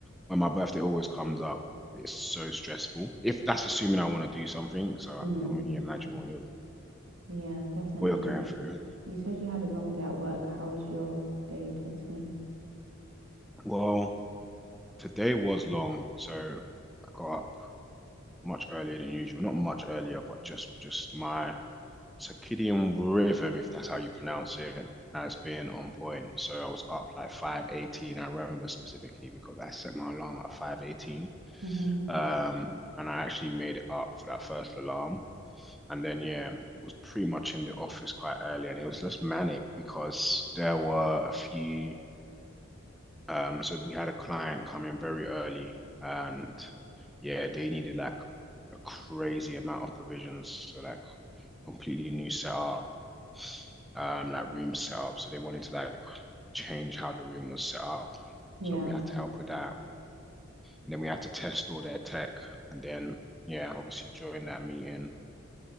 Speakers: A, in the centre; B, on the right.
A: when my birthday always comes up, it's so stressful. If that's assuming I want to do something, so I
B: Mm,
A: can only imagine what you're
B: yeah, definitely.
A: what you're
B: You
A: going through.
B: you said you had a long day at work. How was your day? Talk to me.
A: Well, today was long, so I got up much earlier than usual. Not much earlier, but just just my circadian rhythm, if that's how you pronounce it, has been on point. So I was up like 5:18. I remember specifically because I set my alarm at 5:18
B: Mm-hmm.
A: Um, and I actually made it up for that first alarm. And then, yeah, was pretty much in the office quite early, and it was just manic because there were a few. Um, so we had a client come in very early, and yeah, they needed like a crazy amount of provisions, so like completely new setup, um, like room setup. So they wanted to like change how the room was set up.
B: Yeah.
A: So we had to help with that. And then we had to test all their tech, and then yeah, obviously during that meeting,